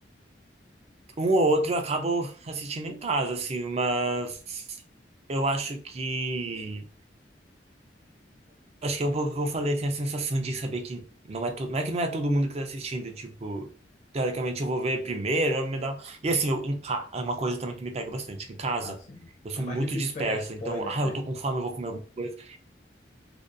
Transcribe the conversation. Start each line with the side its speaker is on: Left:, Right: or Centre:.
Right: um ou outro eu acabo assistindo em casa, assim, mas eu acho que. Acho que é um pouco o que eu falei, tem a sensação de saber que não é, to... não é que não é todo mundo que tá assistindo, tipo, teoricamente eu vou ver primeiro, eu me dá. um- E assim, eu, em ca... é uma coisa também que me pega bastante, em casa.
Left: Assim.
Right: Eu sou
Left: É mais
Right: muito
Left: difícil
Right: disperso,
Left: pegar spoiler,
Right: então, ah,
Left: né?
Right: eu tô com fome, eu vou comer alguma coisa.